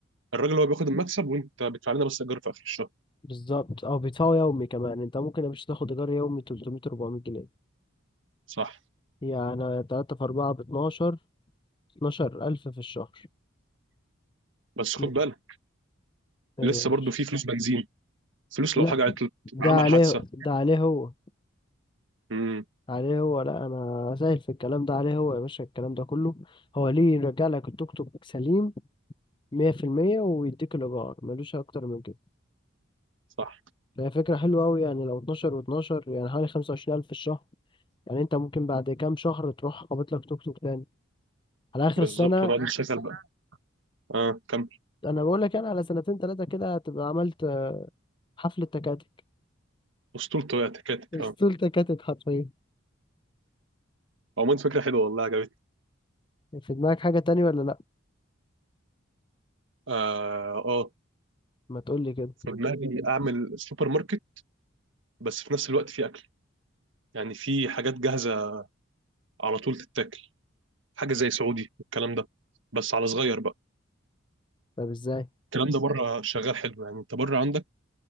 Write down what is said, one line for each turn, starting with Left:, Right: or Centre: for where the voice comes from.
Right: الراجل هو بياخد المكسب وانت بتدفع لنا بس ايجار في اخر الشهر
Left: بالظبط او بيدفعوا يومي كمان انت ممكن يا باشا تاخد ايجار يومي 300 400 جنيه
Right: صح
Left: يعني 3 في 4 ب 12 12000 في الشهر
Right: بس خد
Left: ايه
Right: بالك
Left: يا
Right: لسه
Left: باشا
Right: برضو في فلوس بنزين فلوس
Left: لا
Right: لو حاجة عطلت
Left: ده
Right: عمل
Left: عليه
Right: حادثة
Left: ده عليه هو
Right: امم
Left: عليه هو لا انا سائل في الكلام ده عليه هو يا باشا الكلام ده كله هو ليه يرجع لك التوك توك سليم 100% ويديك الايجار ملوش اكتر من كده
Right: صح
Left: فهي فكره حلوه قوي يعني لو 12 و12 يعني حوالي 25000 في الشهر يعني انت ممكن بعد كام شهر تروح قابض لك توك توك تاني على اخر
Right: بالظبط
Left: السنه
Right: ونقعد نشغل بقى اه كمل
Left: انا بقول لك انا على سنتين ثلاثه كده هتبقى عملت حفله تكاتك
Right: اسطورته هي تكاتك
Left: اسطول
Right: اه
Left: تكاتك حرفيا
Right: عموما فكرة حلوة والله عجبتني
Left: في دماغك حاجه تانية ولا لا
Right: اه اه
Left: ما تقول لي كده
Right: في دماغي اعمل سوبر ماركت بس في نفس الوقت في اكل يعني في حاجات جاهزة على طول تتاكل حاجة زي سعودي والكلام ده بس على صغير بقى
Left: طب ازاي
Right: الكلام ده بره شغال حلو يعني انت بره عندك